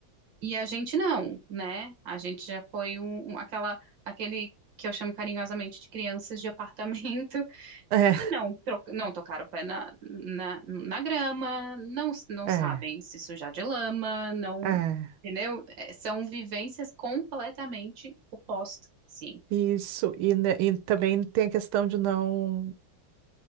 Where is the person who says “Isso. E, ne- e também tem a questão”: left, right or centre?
Right